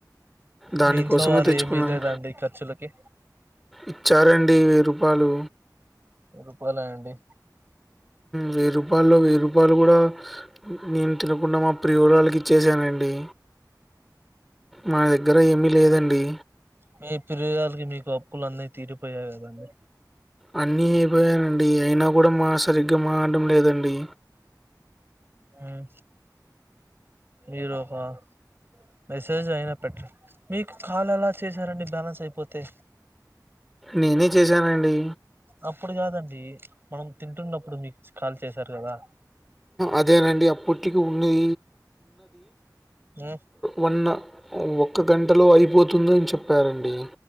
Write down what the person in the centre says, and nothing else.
దానికోసమే
తెచ్చుకున్నాను.
ఇచ్చారండి వెయ్యి రూపాయలు
వెయ్యి రూపాయల్లో వెయ్యి రూపాయలు కూడా నేను తినకుండా మా ప్రియురాలికి ఇచ్చేసానండి మా దగ్గర ఏమీ లేదండి
అన్నీ అయిపోయాయండి అయినా కూడా మా సరిగ్గా మాటం లేదండి
నేనే చేశానండి
అదేనండి అప్పుటికి ఉన్ని
వన్ ఒక్క గంటలో అయిపోతుందని చెప్పారండి